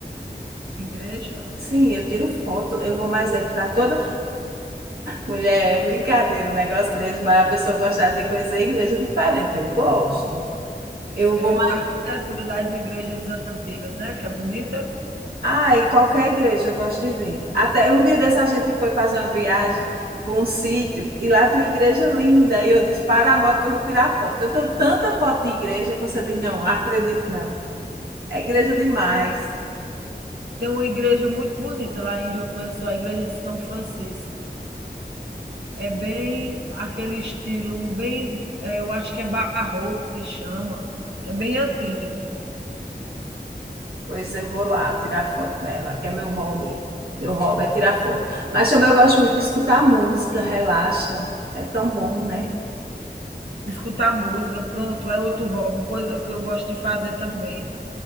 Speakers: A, on the right; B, on the right.
A: Igreja?
B: Sim, eu tiro foto, eu vou mais ele para toda. Mulher, é brincadeira, um negócio desse, mas a pessoa gostar de coisa é igreja é diferente. Eu gosto. Eu vou.
A: É
B: mais-
A: a arquitetura das igrejas antigas, né? Que é bonita.
B: Ai, qualquer igreja eu gosto de ver. Até um dia dessa gente foi fazer uma viagem para um sítio e lá tem uma igreja linda. E eu disse: para a moto que eu vou tirar foto. Eu tenho tanta foto de igreja que você diz: não, acredito não. É igreja demais.
A: Tem uma igreja muito bonita lá em João Pessoa, a igreja de São Francisco. É bem aquele estilo, bem, é, eu acho que é barroco que chama, que é bem antigo.
B: Pois eu vou lá tirar foto nela, que é meu hobby. Meu hobby é tirar foto. Mas também eu gosto muito de escutar música, relaxa. É tão bom, né?
A: Escutar música, pronto, é outro hobby, coisa que eu gosto de fazer também.